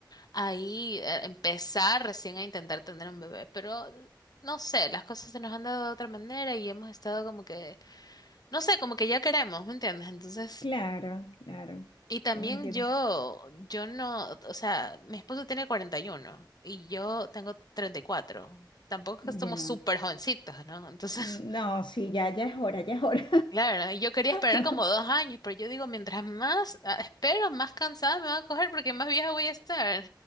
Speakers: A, on the left (about 55°); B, on the left (about 75°).
A: ahí eh, empezar recién a intentar tener un bebé. Pero no sé, las cosas se nos han dado de otra manera y hemos estado como que, no sé, como que ya queremos, ¿me entiendes? Entonces...
B: Claro, claro.
A: Y también
B: Yo lo entiendo.
A: yo, yo no, o sea, mi esposo tiene cuarenta y uno y yo tengo 34. Tampoco es que somos
B: Ya.
A: súper jovencitos, ¿no? Entonces,
B: No, sí, ya, ya es hora, ya es hora.
A: <laughs> claro, ¿no? y yo quería esperar
B: <laughs>
A: como dos años, pero yo digo, mientras más ah, espero, más cansada me va a coger porque más vieja voy a estar.